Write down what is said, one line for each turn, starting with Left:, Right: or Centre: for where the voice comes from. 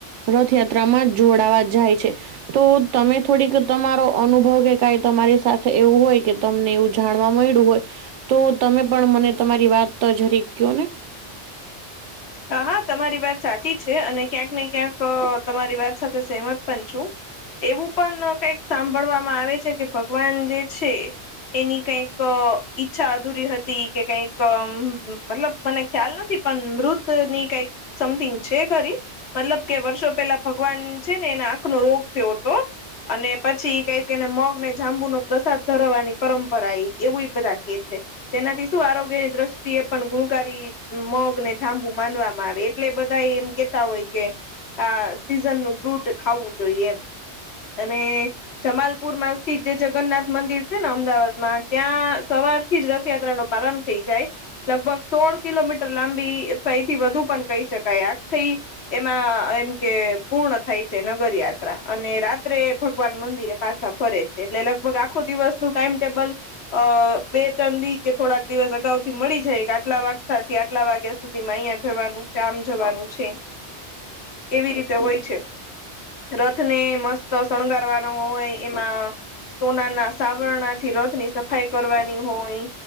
Right: રથયાત્રામાં જોડાવા જાય છે. તો તમે થોડીક તમારો અનુભવ કે કઈ તમારી સાથે એવું હોય કે તમને એવું જાણવા મળ્યું હોય. તો તમે પણ મને તમારી વાત જરીક ક્યોને.
Left: હા હા તમારી વાત સાચી છે અને ક્યાંક ને ક્યાંક તમારી વાત સાથે સહેમત પણ છું. એવું પણ કઈક સાંભળવામાં આવે છે કે ભગવાન જે છે. એની કઈક ઈચ્છા અધૂરી હતી કે કઈક મતલબ મને ખ્યાલ નથી. પણ મૃતની કઈક સમથિંગ છે ખરી મતલબ કે વર્ષો પેલા ભગવાન છે ને એને આંખનો રોગ થયો હતો. અને પછી કઈક એને મગ ને જાંબુનો પ્રસાદ ધરાવાની પરંપરા એ એવું બધા કે છે. તેનાથી શું આરોગ્યની દ્રષ્ટિએ પણ ગુણકારી મગ ને જાંબુ માનવામાં આવે એટલે બધા એમ કેતા હોય કે આ સીઝનનું ફ્રૂટ ખાવું જોઈએ એમ અને જમાલપુરમાં સ્થિત જે જગન્નાથ મંદિર છેને અમદાવાદમાં ત્યાં સવાર થી જ રથયાત્રાનો પ્રારંભ થઈ જાય લગભગ સોળ કિલોમીટર લાંબી સઈ થી વધુ પણ કહી શકાય આજ થી. એમાં એમ કે પૂર્ણ થાય છે નગરયાત્રા અને રાત્રે ભગવાન મંદિરે પાછા ફરે છે એટલે લગભગ આખો દિવસનો ટાઈમ ટેબલ અ બે ત્રણ દી કે થોડાક દિવસ અગાઉથી મળી જાય કે આટલા વાગથી આટલા વાગે સુધીમાં અહિયાં જવાનું છે આમ જવાનું છે એવી રીતે હોય છે. રથને મસ્ત શણગારવાનો હોય એમાં સોનાના સાવરણાથી રથની સફઈ કરવાની હોય